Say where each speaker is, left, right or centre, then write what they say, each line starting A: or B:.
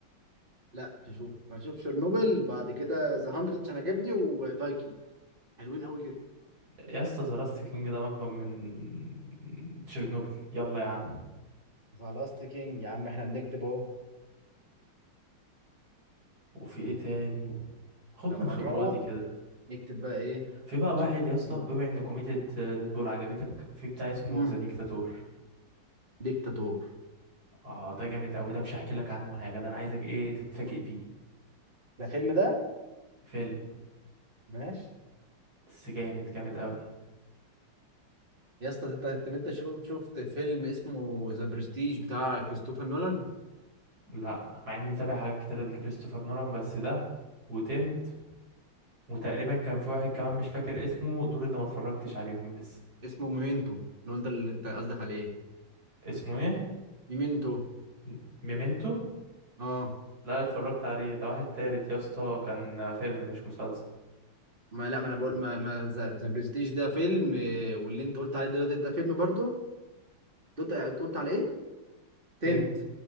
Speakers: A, on the right; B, on the right.
A: لا مش هشوفه هشوف شيرنوبل بعد كده ذا 100 عشان عجبني وفايكنج حلوين قوي كده
B: يا اسطى ذا لاست كينج ده مجبن من تشيرنوبل يلا يا عم
A: ذا لاست كينج يا عم احنا بنكتب اهو
B: وفي ايه تاني خد
A: لما
B: من خبراتي
A: نروح
B: كده
A: نكتب بقى ايه
B: في بقى واحد
A: نشوف التلاتة
B: يا اسطى
A: دول.
B: بما ان كوميديا ديدبول عجبتك في بتاع اسمه
A: مم.
B: ذا ديكتاتور
A: ديكتاتور
B: اه ده جامد قوي ده مش هحكي لك عنه حاجه ده انا عايزك ايه تتفاجئ بيه
A: ده فيلم ده
B: فيلم
A: ماشي
B: بس جامد جامد قوي
A: يا اسطى انت انت انت شو- شفت فيلم اسمه ذا برستيج بتاع كريستوفر نولان
B: لا مع اني متابع حاجات كتيره لكريستوفر نولان بس ده وتنت وتقريبا كان في واحد كمان مش فاكر اسمه دول اللي ما اتفرجتش عليهم لسه
A: اسمه ميمنتو لو انت اللي انت قصدك عليه
B: اسمه ايه
A: ميمنتو
B: م- ميمنتو
A: اه
B: لا اتفرجت عليه ده واحد تالت يا اسطى كان فيلم مش مسلسل
A: ما لا ما انا بقول ما ما ذا برستيج ده فيلم آه، واللي انت قلت عليه دلوقتي ده فيلم برضه قلت قلت على ايه تنت
B: تنت